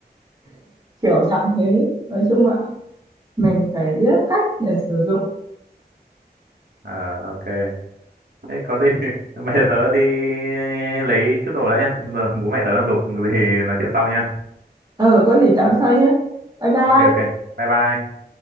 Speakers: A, on the right; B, on the right.
A: <laughs> kiểu dạng thế nói chung là mình phải biết cách để sử dụng
B: à, ok Thế có gì <laughs> bây giờ tớ đi lấy chút đồ đã nhá Giờ bố mẹ tớ đang giục gì nói chuyện sau nhá
A: ờ có gì tám sau nhé bye bye
B: ok ok bye bye